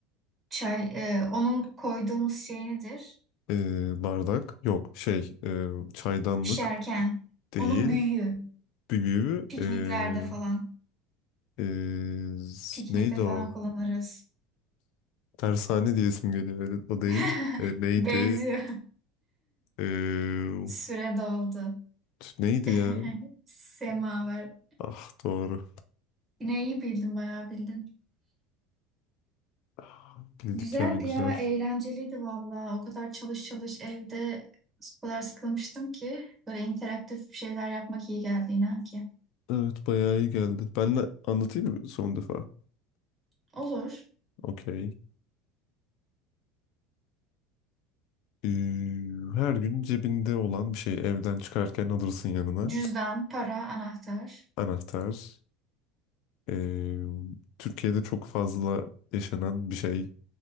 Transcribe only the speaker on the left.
Ee, bardak. Yok şey e, çaydanlık
değil.
Büyüğü
e,
e, z-
neydi
o?
Tersane diye isim geliyor. Öyle- O değil.
E, neydi?
E,
t- neydi
ya?
Ah doğru.
Ah, Bildik
ya güzel.
Evet bayağı iyi geldi. Ben de anlatayım mı son defa?
Okey. Ee, her gün cebinde olan bir şey evden çıkarken alırsın yanına.
Anahtar. Ee, Türkiye'de çok fazla yaşanan bir şey.